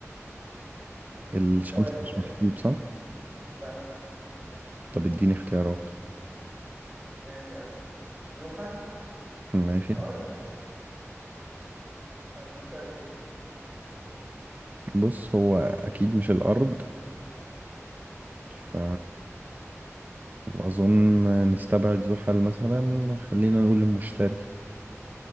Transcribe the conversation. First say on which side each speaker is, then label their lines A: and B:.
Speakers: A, on the right; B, on the right.
A: الشمس
B: في الكواكب
A: مش
B: يعني
A: محسوب صح
B: لا
A: طب اديني اختيارات
B: ماشي يا عم زحل
A: ماشي
B: الأرض المشتري
A: بص هو اكيد مش الارض ف واظن نستبعد زحل مثلا خلينا نقول المشتري